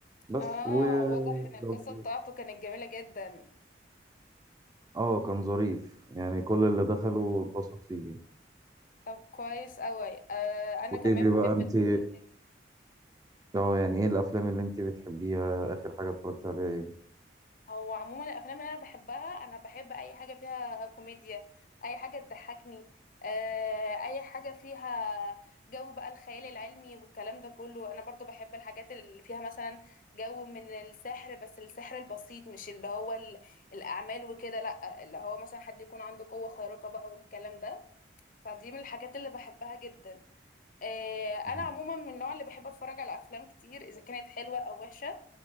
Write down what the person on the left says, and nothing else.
اه
واضح ان القصه
بتاعته كانت جميله جدا
طب كويس قوي آه انا
كمان
بحب
الافلام
هو عموما الافلام اللي انا بحبها انا بحب اي حاجه فيها كوميديا اي حاجه تضحكني آه، اي حاجه فيها جو بقى الخيال العلمي والكلام ده كله انا برضو بحب الحاجات اللي فيها مثلا جو من السحر بس السحر البسيط مش اللي هو ال- الاعمال وكده لا اللي هو مثلا حد يكون عنده قوه خارقه بقى والكلام ده فدي من الحاجات اللي بحبها جدا آه، انا
عموما من النوع اللي بحب اتفرج على افلام كتير اذا كانت حلوه او وحشه